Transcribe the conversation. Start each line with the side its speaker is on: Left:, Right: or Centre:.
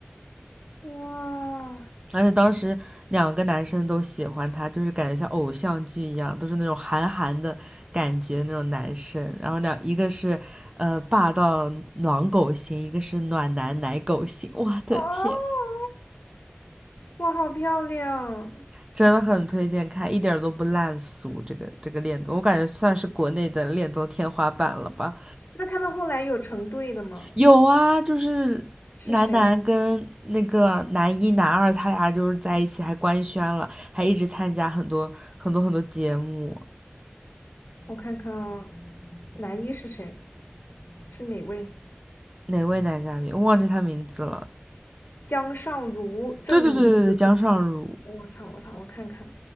Left: 哇，
Right: 而且当时两个男生都喜欢她，就是感觉像偶像剧一样，都是那种韩寒的感觉那种男生。然后两一个是呃霸道暖狗型，一个是暖男奶狗型。我的天！
Left: 哦，哇，好漂亮。
Right: 真的很推荐看，一点儿都不烂俗。这个这个恋综，我感觉算是国内的恋综天花板了吧。
Left: 那他们后来有成对的吗？
Right: 有啊，就是男男跟那个男一、
Left: 是谁？
Right: 男二，他俩就是在一起，还官宣了，还一直参加很多很多很多节目。
Left: 我看看男一是谁，是哪位？
Right: 哪位男嘉宾？我忘记他名字了。
Left: 江尚儒正，
Right: 对对对对对，
Left: 呃
Right: 江尚儒。
Left: 我操我操，我看看。